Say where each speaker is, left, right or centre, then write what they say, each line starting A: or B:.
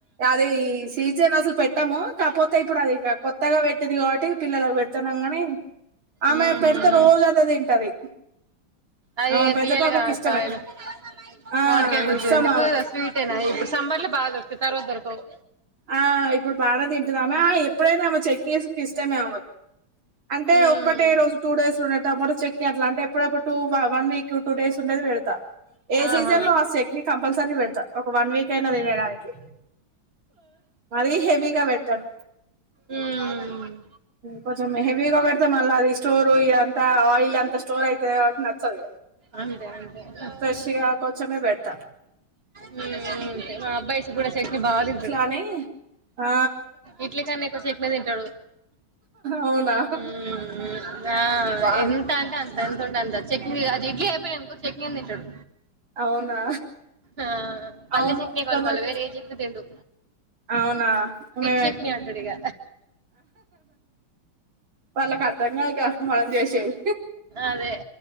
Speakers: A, on the right; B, on the right.
A: అదే ఈ సీజాన్ అసల్ పెట్ ట్టము కాకపోతే ఇప్పుడు అది కొత్తగా పెట్టింది కాబట్టి పిల్లలలకు పెడుతున్నాం కానీ ఆమె
B: మ్మ్హ్మ్.
A: పెడితే రోజు అదే తింటది.
B: అది
A: ఆమె పెద్ద
B: తీయాలిగా
A: పాపకి ఇష్టమే
B: కాయలు
A: ఆ
B: మామిడికాయ గుజ్జు
A: ఇష్టం
B: ఎందుకో
A: ఆమెకి
B: స్వీట్ ఉనాయ్ సమ్మర్ లో బాగా దొరుకుతాయి తర్వాత దొరకవ్
A: ఆ ఇప్పుడు బాగా తింటునామాయి ఎప్పుడైనా ఆమె చెక్కిస్ ఇష్టమే ఆమెకి అంటే
B: మ్మ్.
A: ఒక్కటే రోజు టూ డేస్ లో ఉన్న ప్పుడు చెక్కి అట్లాంటే ఎప్పుడప్పుడు two one week two days ఉండేది పెడత ఏ
B: ఆహా
A: సీజన్ లో ఆ చెక్ ని కంపల్సరీ పెడత ఒక వన్ వీక్ అయినా తినడానికి మరీ హెవీగా పెట్టను
B: ఉమ్
A: కొంచెం హెవీగా పెడతే మళ్ళ అవి స్టోర్ ఇదంతా ఆయిల్ అంత స్టోర్ అయి తే నాకు నచ్చదు
B: అంతే అంతే ఉమ్
A: ఫ్రెష్ గా కొంచమే పెడత
B: హ్మ్మ్ హ్మ్మ్ మా అబ్బాయి కూడా చట్నీ బాగా తింటాడు
A: ఇట్లా అని హా
B: ఇడ్లీ కన్నా ఎక్కువ చట్నీ తింటాడు
A: అవునా
B: హ్మ్మ్ హ్మ్మ్ ఆ
A: వా
B: ఎంత అంటే అంత ఎంతుంటే అంత చెట్నీ అది ఇడ్లీ అయిపోయింది అనుకో చేట్నీ తింటాడు
A: అవునా
B: ఆ పల్లె
A: అవును
B: చెట్నే కావాలి
A: కొందరు
B: మళ్ళా వేరే ఏ చట్నీ తినడు
A: అవునా మే
B: చట్నీ అంటాడు ఇగ
A: వాళ్లకు అర్థం కాక వాళ్ళు చేసేది
B: అదే